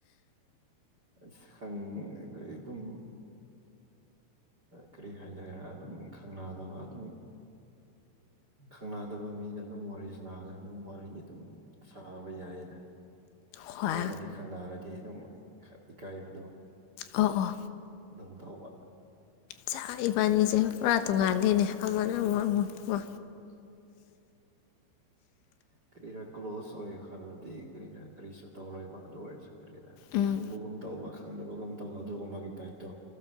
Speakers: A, on the right (about 35°); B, on the left (about 75°).
A: ꯑꯁ ꯈꯪ ꯑꯗꯨꯝ ꯀꯔꯤ ꯍꯥꯏꯗꯅ ꯑꯗꯨꯝ ꯈꯪꯅꯗꯕ ꯑꯗꯨꯝ ꯈꯪꯅꯗꯕ ꯃꯤꯗ ꯑꯗꯨꯝ ꯋꯥꯔꯤ ꯁꯥꯅꯔꯒ ꯑꯗꯨꯝ ꯋꯥꯔꯤ ꯑꯗꯨꯝ ꯁꯥꯥꯕ ꯌꯥꯏꯔ
B: ꯍꯣꯏ
A: ꯑꯩꯅꯗꯤ ꯈꯪꯅꯔꯗꯤ ꯑꯗꯨꯝ ꯏꯀꯥꯏꯕꯗꯣ
B: ꯑꯣ ꯑꯣ
A: ꯑꯗꯨꯝ ꯇꯧꯕ
B: ꯆꯥꯛ ꯏꯕꯥꯅꯤꯁꯦ ꯄꯨꯔꯥ ꯇꯣꯡꯉꯥꯂꯦꯅꯦ ꯑꯃꯅ ꯑꯃ ꯑꯃ ꯑꯃ
A: ꯀꯔꯤꯅ ꯀ꯭ꯂꯣꯁ ꯑꯣꯏ ꯈꯥꯟꯅꯗꯤ ꯀꯔꯤꯅ ꯀꯔꯤꯁꯨ ꯇꯧꯔꯣꯏꯕ ꯑꯗꯨ ꯑꯣꯏꯔꯁꯨ ꯀꯔꯤꯅ
B: ꯎꯝ
A: ꯈꯪꯕꯒꯨꯝ ꯇꯧꯕ ꯈꯪꯗꯕꯒꯨꯝ ꯇꯧꯕ ꯑꯗꯨꯒꯨꯝꯕꯒꯤ ꯇꯥꯏꯞꯇꯣ